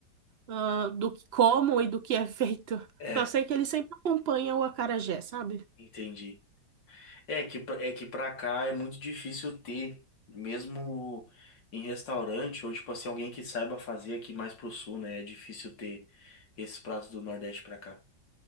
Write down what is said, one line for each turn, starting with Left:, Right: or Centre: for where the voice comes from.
Right: ah, do que como e do que é feito.
Left: é,
Right: Só sei que ele sempre acompanha o acarajé, sabe?
Left: entendi. É que, pra- é que pra cá é muito difícil ter, mesmo em restaurante, ou tipo assim, alguém que saiba fazer aqui mais pro sul, né? É difícil ter esses pratos do Nordeste pra cá.